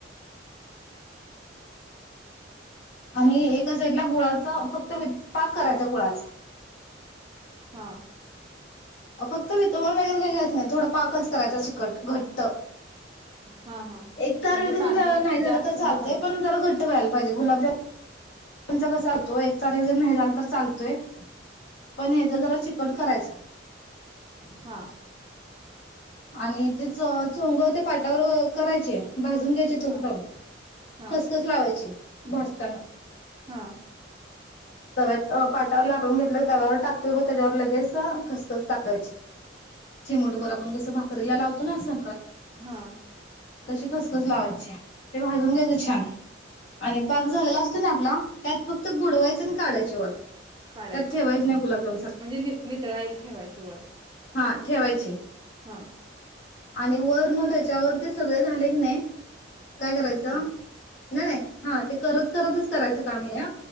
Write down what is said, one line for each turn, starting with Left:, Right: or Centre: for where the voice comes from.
Left: आणि एका साइडला गुळाच फक् त पाक करायचा गुळाचा.
Right: हम्म.
Left: फक्त वितळून वगैरे काय घायच नाही. थोडं पाकच करायचा चिकट, घट्ट.
Right: हा हा
Left: एक तार
Right: म्हणजे
Left: वगैरे
Right: पाणी
Left: नाही झालं
Right: जास्त
Left: तर चालतय
Right: न घालता
Left: पण जरा घ व्हाला पाहिजे गुलाबजामून तुमचा कसा होतोय? चाजर नाही झालं तर चालतोय. पण ह्याचा जरा चिकट करायचा..
Right: हां
Left: आणि ते च चोंग त्या पाटावर करायचे? भाजून घ्यायची तूप
Right: हा
Left: लावून
Right: हा
Left: खस खस लावायची. भाजताना.
Right: हां
Left: तवात पाटावर लाटून घेतलं तव्यावर टाकतोय लगेच खसखस टाकायची. चिमूटभर आपण कसं भागू रीलला लावतो ना असा
Right: हां
Left: तशी खसखस लावायची ते भाजून घ्यायचं छान आणि पाक झालेला असतो ना आपला त्यात फक्त बुडवायचं काढायच्या वर
Right: काढायचे
Left: त्यात ठेवायच
Right: म्हणजे
Left: नाही गुलाबजाम सारखे
Right: नि नितळायला ठेवायचे वर.
Left: हा ठेवायचे.
Right: हां
Left: आणि वरण त्याच्यावर सगळं झालं की नाही काय करायचं
Right: हा
Left: नाही नाही ते हा करत करतच करायचं काम हे.